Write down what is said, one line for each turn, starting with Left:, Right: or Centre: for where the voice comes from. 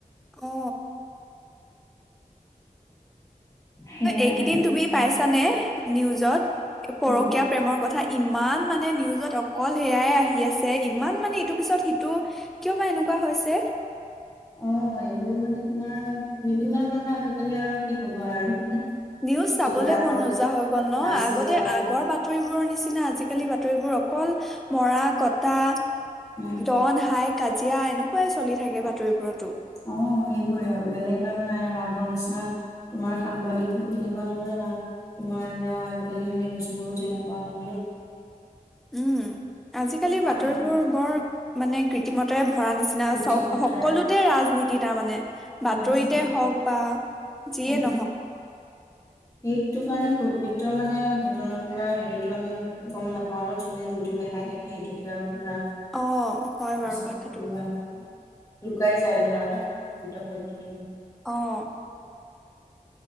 Centre: অ
Left: সেইয়াই
Centre: এইকেইদিন
Left: আৰু
Centre: তুমি
Left: সেইকাৰণে
Centre: পাইছানে নিউজত? পৰকীয়া
Left: উম
Centre: প্ৰেমৰ কথা। ইমান মানে নিউজত অকল সেয়াই আহি আছে ইমান মানে ইটো পিছত সিটো কিয় বা এনেকুৱা হৈছে?
Left: অ এইবোৰ মানে তোমাৰ, বিভিন্ন ধৰণৰ আজিকালি আৰু কি কবা আৰু।
Centre: নিউজ চাবলে
Left: যিবোৰ আগৰ
Centre: মন নোযোৱা
Left: দিনত
Centre: হৈ গ'ল ন?
Left: নাছিলে
Centre: আগতে
Left: অ
Centre: আগৰ বাতৰিবোৰৰ নিচিনা কি জানা আজিকালি বাতৰিবোৰ অকল, মৰা কটা
Left: উম
Centre: ডন হাইক কাজিয়া, এনেকুৱাই চলি থাকে বাতৰিবোৰতো।
Left: অ সেইবোৰে আৰু বেলেগ আৰু নাই আৰু আগৰ নিচিনা তোমাৰ সাংবাদিকো, তেনেকুৱা নহয় না তোমাৰ ধৰা আজিকালি নিউজ বোৰো তেনেকুৱা নহয় ন?
Centre: উম আজিকালি বাতৰিবোৰ
Left: আ-
Centre: বৰ মানে কৃত্ৰিমতাৰে ধৰা নিচিনা
Left: বুদ্ধিমত্তাৰে
Centre: সকলোতে ৰাজনীতি তাৰমানে, বাতৰিতে
Left: ৰাজনীতি
Centre: হওক বা যিয়ে
Left: উম
Centre: নহওক।
Left: সেইটো কাৰণে প্ৰকৃত মানে ঘটনা বা হেৰিটো আমি গ'ম নাপাও ন? যোনে যিটো দেখাই থাকে সেইটোকে আৰু ধৰা
Centre: অ হয়
Left: বিশ্বাস
Centre: বাৰু কথাটো।
Left: কৰি লোৱা হয় ন, লুকাই যাই <unintelligible>
Centre: অহ